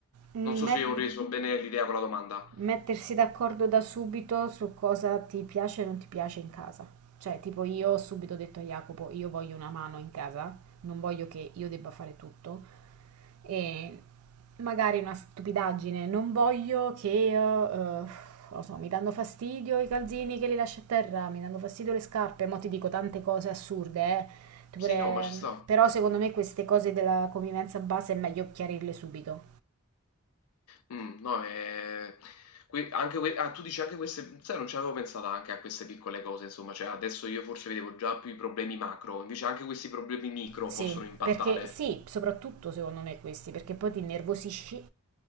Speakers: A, on the right (about 80°); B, on the left (about 85°).
A: Mm,
B: Non so
A: met-
B: se ho reso Mm, bene l'idea con la domanda.
A: mettersi d'accordo da subito su cosa ti piace e non ti piace in casa. Cioè, tipo io ho subito detto a Jacopo, io voglio una mano in casa, non voglio che io debba fare tutto, E magari una stupidaggine, non voglio che, eh, non lo so, mi danno fastidio i calzini che li lascio a terra, mi danno fastidio le scarpe, mo ti dico tante cose assurde, eh. Tu
B: Sì,
A: pure-
B: no, ma ci sta.
A: Però secondo me queste cose della convivenza base è meglio chiarirle subito.
B: Mh, no, ehm, que anche que ah, tu dici anche queste sai, non ci avevo pensato anche a queste piccole cose, insomma, cioè adesso io forse vedevo già più i problemi macro, invece anche questi problemi micro
A: Sì,
B: possono impattare.
A: perché sì, soprattutto secondo me questi, perché poi ti innervosisci